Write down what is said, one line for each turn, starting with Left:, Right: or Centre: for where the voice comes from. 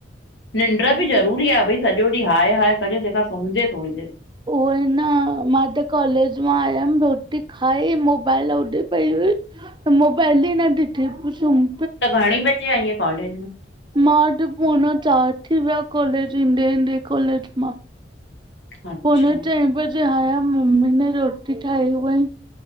Left: निंड्र ॿि ज़रूरी आ भई सॼो ॾींहुं हाय हाय कॼे तंहिंखां सुम्झजे थोड़ी देरि
Right: उहोई न हा मां त कॉलेज मां आयमि रोटी खाई मोबाइल होॾे पई हुई मोबाइल ई न ॾिठी पो सुम
Left: त घणें बॼे आईंय कॉलेज मां?
Right: मां अॼु पोड़ा चार थी विया कालेज ईंदे ईंदे कालेज मां।
Left: अच्छा
Right: पोने चईं बजे आयम मम्मी ने रोटी ठाही हुवंई